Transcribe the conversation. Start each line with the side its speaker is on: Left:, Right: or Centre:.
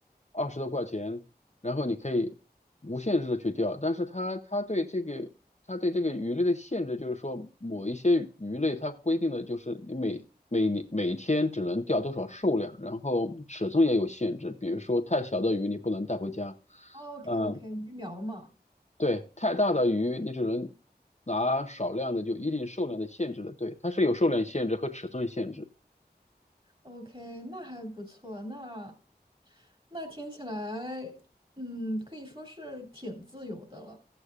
Left: 二十多块钱，然后你可以无限制的去钓，但是它它对这个它对这个鱼类的限制就是说，某一些鱼类它规定的就是你每每年每天只能钓多少数量，然后尺寸也有限制，比如说太小的鱼你不能带回家，
Right: ？OK
Left: 嗯、
Right: OK，鱼苗嘛
Left: 对，太大的鱼你只能拿少量的，就一定数量的限制的。对，它是有数量限制和尺寸限制。
Right: ，OK，那还不错，那那听起来，嗯，可以说是挺自由的了。